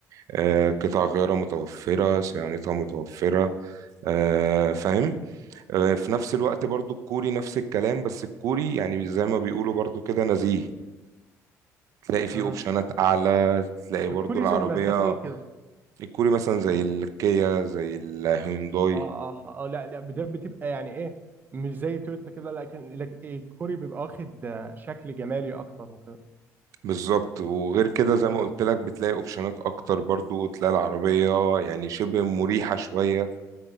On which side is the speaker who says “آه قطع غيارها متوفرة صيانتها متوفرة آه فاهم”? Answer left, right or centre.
Right